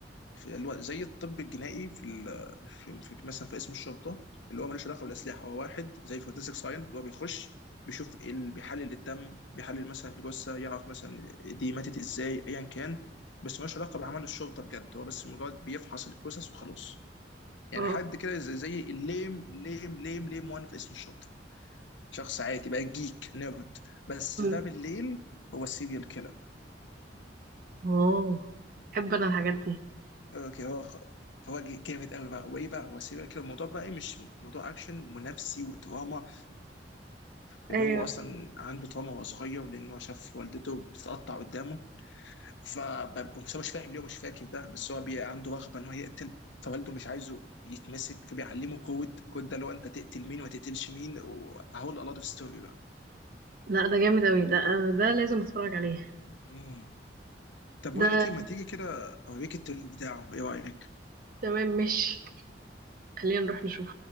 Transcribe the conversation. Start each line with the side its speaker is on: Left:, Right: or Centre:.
Left: في الو- زي الطب الجنائي في ال- في في- مثلا في اسم الشرطه اللي هو ملوش علاقه بالاسلحه هو واحد زي فورنسيك ساين اللي هو بيخش بيشوف ال- بيحلل الدم بيحلل مثلا الجثه يعرف مثلا دي ماتت ازاي ايا كان بس ملوش علاقه بعمل الشرطه بجد هو بس مجرد بيفحص الجثث وخلاص يعني
Right: اه
Left: حد كده زي زي الليم الليم ليم ليم وان في اسم الشرطه شخص عادي بقى جيك نيرد بس
Right: أمم.
Left: ده بالليل هو السيريال كيلر
Right: اوه بحب انا الحاجات دي
Left: اوكي هو خ- هو ج- جامد قوي بقى وايه بقى هو سيريال كده الموضوع بقى ايه مش موضوع اكشن ونفسي ودراما لان
Right: ايوه
Left: هو اصلا عنده تراما وهو صغير لان هو شاف والدته بتتقطع قدامه ف ب- بس هو مش فاهم ليه ومش فاكر ده بس هو بي... عنده رغبه ان هو يقتل فوالده مش عايزه يتمسك فبيعلمه كود كود ده اللي هو انت تقتل مين وما تقتلش مين وهقول a lot of story بقى
Right: لا ده جامد اوي ده آه، ده لازم اتفرج عليه
Left: مم. طب بقول
Right: ده
Left: لك ايه ما تيجي كده اوريك التريلر بتاعه ايه رايك؟
Right: تمام ماشي خلينا نروح نشوف